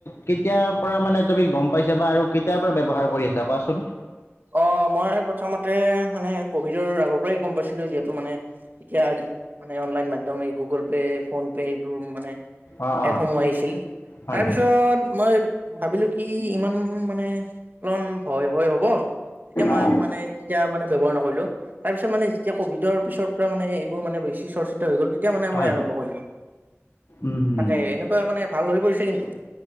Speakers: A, on the left (about 70°); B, on the right (about 40°).
A: কেতিয়াৰ পৰা মানে তুমি গম পাইছা বা আৰু কেতিয়াৰ পৰা ব্যৱহাৰ কৰি আছা কোৱাচোন।
B: অ' মই প্ৰথমতে মানে ক'ভিডৰ আগৰ পৰাই গম পাইছিলোঁ যিহেতু মানে এতিয়া মানে অনলাইন মাধ্যম এই গুগল পে, ফোন পে এইবোৰ মানে
A: অ অ
B: এপসমূহ আহিছিল
A: হয়
B: তাৰপিছত
A: হয়
B: মই ভাবিলোঁ কি ইমান মানে কন ভয় ভয় হ'ব। তেতিয়া মই
A: অ
B: মানে, তেতিয়া মানে ব্যৱহাৰ নকৰিলোঁ। তাৰপিছত- মানে যেতিয়া ক'ভিডৰ পিছৰ পৰা মানে এইবোৰ মানে বেছি চৰ্চিত হৈ গ'ল তি- তিয়া মানে মই
A: হয়
B: আৰম্ভ কৰিছোঁ।
A: উম
B: তাকে এনেকুৱাই মানে- ভাল হৈ পৰিছে কিন্তু।